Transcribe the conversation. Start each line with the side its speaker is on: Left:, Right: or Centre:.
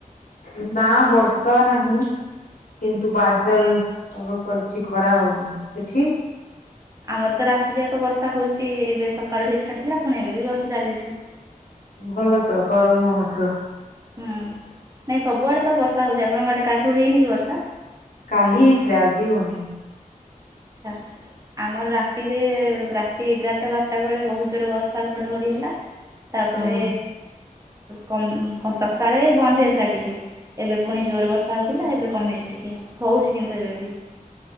Left: ନା ବର୍ଷା ନାହିଁ କି ନ୍ତୁ ବାଦଲ ପାଗ କରିଛି ଖରା ହଉନି। ସେଠି?
Right: ଆମର ତ ରାତିଜାକ ବର୍ଷା ହଉଛି ଏବେ ସକାଳୁ ଟିକେ ଛାଡ଼ିଥିଲା ପୁଣି ଏବେ ବି ବର୍ଷା ଚାଲିଛି।
Left: ଭଲ ତ ଗରମ ହଉନଥିବ।
Right: ହୁଁ ନାଇଁ ସବୁଆଡ଼େ ତ ବର୍ଷା ହଉଛି ଆପଣଙ୍କ ଆଡ଼େ କାଲଠୁ ହେଇନି କି ବର୍ଷା?
Left: କାଲି ହେଇଥିଲା ଆଜି ହଉନି।
Right: ଆଚ୍ଛା। ଆମର ରାତିରେ ରାତି ଏଗାରଟା ବାରଟା ବେଳେ ବହୁତ ଜୋର ବର୍ଷା ଘଡ଼ଘଡ଼ି ହେଲା। ତାପରେ
Left: ହୁଁ
Right: କମ୍ ସକାଳେ ବନ୍ଦ ହେଇଯାଇଥିଲା ଟିକେ। ଏବେ ପୁଣି ଜୋରେ ବର୍ଷା ହଉଥିଲା ଏବେ କମିଛି ଟିକେ ହଉଛି କିନ୍ତୁ ଏବେ ବି।